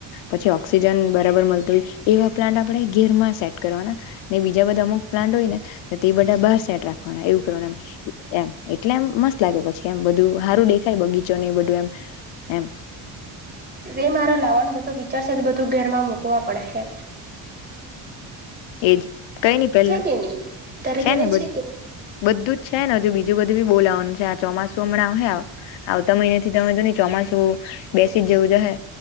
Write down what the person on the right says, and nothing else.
જે મારા લાવવાનું બધો વિચારશે તો બધું ઘેરમાં મુકવા પડહે
કે નહી તારે
ઘેરે
કે